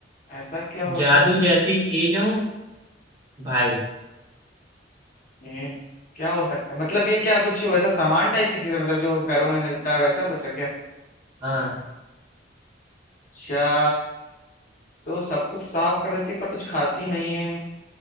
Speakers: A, on the left; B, on the right.
A: ऐसा क्या होता
B: जादू
A: है
B: जैसी चीज हूँ भाई
A: हम्म, क्या हो सकता है मतलब ये क्या कुछ वैसा सामान टाइप की चीज है मतलब जो घरों में मिलता है वैसा कुछ है क्या
B: हाँ
A: अच्छा तो सब कुछ साफ कर देती पर कुछ खाती नहीं है